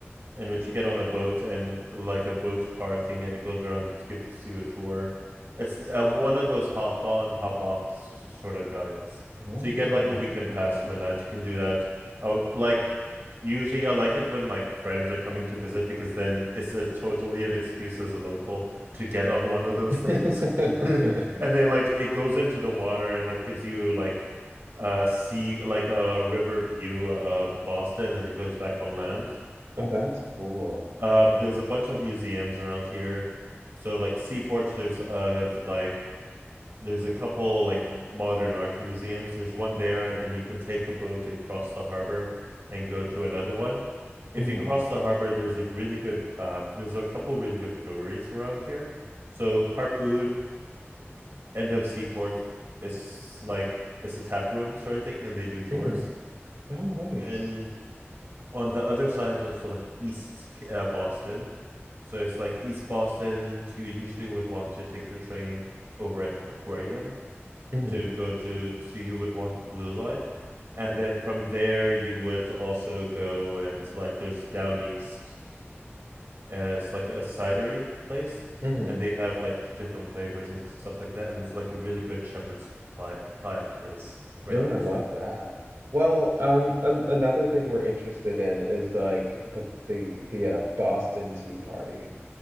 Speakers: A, on the right; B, on the right.
A: in which you get on a boat and like a boat car thing, and it goes around and gives you a tour. It's uh, one of those hop on, hop off s- sort of guides.
B: Oh,
A: So you get like a weekend
B: okay.
A: pass for that. You can do that. Uh, like Usually, I like it when like friends are coming to visit because then it's a totally an excuse as a local to get on one of those
B: <laughs>
A: things. <laughs> And then like it goes into the water and like gives you like a sea like a river view of Boston and it goes back on land.
B: Oh, that's cool.
A: Um, there's a bunch of museums around here. So like Seaport, there's uh like there's a couple like modern art museums. There's one there, and then you can take a boat and cross the harbor and go to another one. If
B: hmm
A: you cross the harbor, there's a really good uh, there's a couple really good breweries around here. So Harpoon, End of Seaport, it's like it's a tap room sort of thing, and they do tours.
B: hmm Oh, nice.
A: And on the other side, so like East uh, Boston, so it's like East Boston. You usually would want to take the train over at Aquarium
B: hmm
A: to go to, so you would want the blue line. And then from there, you would also go and like there's down east as like a cidery place,
B: hmm
A: and they have like different flavors and stuff like that. And there's like a really good shepherd's pie, pie place right
B: Oh,
A: next
B: I love that. Well, um, an another thing we're interested in is like the the the uh, Boston Tea Party.